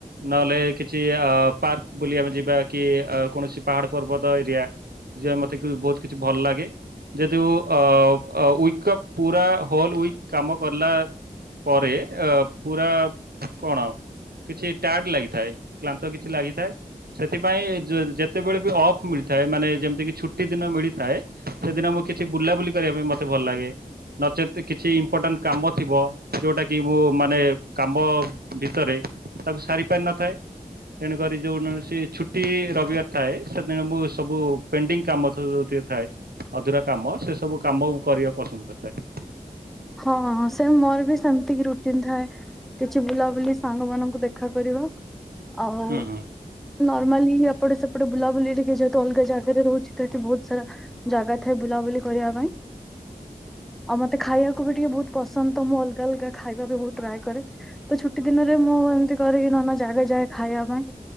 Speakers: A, on the right; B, in the centre.
A: ନହେଲେ କିଛି ଅ ପାର୍କ ବୁଲିବାକୁ ଜିବା କି କୌଣସି ପାହାଡ ପର୍ବତ ଏରିଆ ଯ ମତେ କି ବହୁତ କିଛି ଭଲ ଲାଗେ ଯଦି ଅ ପୁରା ହଲ ଉଇ କାମ କଲା। ପରେ ଅ ପୁରା କଣ କିଛି ଟାଇଲ ଲାଗିଥାଏ କ୍ରାନ୍ତ କିଛି ଲାଗିଥାଏ। ସେଥିପାଇଁ ଯେତେବେଳେ ବି ଅଫ୍ ମିଳିଥାଏ ମାନେ ଯେମିତିକି ଛୁଟି ଦିନ ମିଳିଥାଏ। ସେଦିନ ମୁଁ କିଛି ବୁଲାବୁଲି କରିବା ପାଇଁ ମତେ ଭଲ ଲାଗେ। ନଚେତ୍ କିଛି ଇମ୍ପୋର୍ଟାଣ୍ଟ କାମ ଥିବ ଯୋଉଟାକି ମୁଁ ମାନେ କାମ ଭିତରେ ତାକୁ ସାରି ପାରିନଥାଏ ତେଣୁକରି ଯୋଉ ନହେଲେ ସିଏ ଛୁଟି ରବିବାର ଥାଏ। ସେଦିନ ମୁଁ ସବୁ ପେଣ୍ଡିଙ୍ଗ କାମ ସବୁତିକ ଥାଏ। ଅଧୁରା କାମ ସେ ସବୁ କାମ କରିବାକୁ ପସନ୍ଦ କରିଥାଏ।
B: ହଁ ସେ ମୋର ବି ସେମିତିକ ରୁଟିନ ଥାଏ। କିଛି ବୁଲାବୁଲି ସାଙ୍ଗ ମାନଙ୍କୁ ଦେ ଖା କରିବାଳ ଆଉ
A: ହୁଁ ହୁଁ।
B: ନର୍ମାଲି ଏପଟେ ସେପଟେ ବୁଲାବୁଲି ଟିକେ ଯେହେତୁ ଅଲଗା ଜାଗାରେ ରହୁଚି ତ ଏଠି ବୋହୁତ ସାରା ଜାଗା ଥାଏ ବୁଲାବୁଲି କରିବା ପାଇଁ ଆଉ ମତେ ଖାଇବା ଟିକେ ବୋହୁତ ପସନ୍ଦ ତ ମୁଁ ଅଲଗା ଅଲଗା ଖାଇବା ବି ବୋହୁତ ଟ୍ରାଏ କରେ। ତ ଛୁଟି ଦିନରେ ମୁଁ ଏମତି କରେ କିି ନୂଆ ନୂଆ ଜାଗା ଯାଏ ଖାଇବା ପାଇଁ।